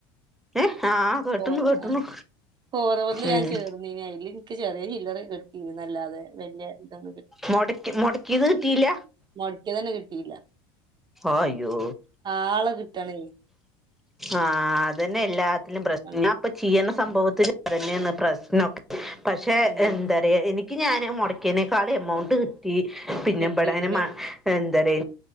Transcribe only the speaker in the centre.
ഏഹ് ആഹ് കേട്ടണു
കേട്ടണു
ഉം
മൊട് മൊടക്കിയത് കിട്ടീല്ല
ആയ്യോ
ആഹ് അതെന്നെ എല്ലാത്തിലും പ്രശ്ന
ഞ്ഞാപ്പൊ ചെയീന്ന സംഭവത്തില്
അതെന്നെണ് പ്രശ്നം പക്ഷെ
എന്താറയാ എനിക്ക് ഞാന് മുട ക്കിനേക്കാളു എമൗണ്ട് കിട്ടി പിന്നെബാടെ
എന്താറയ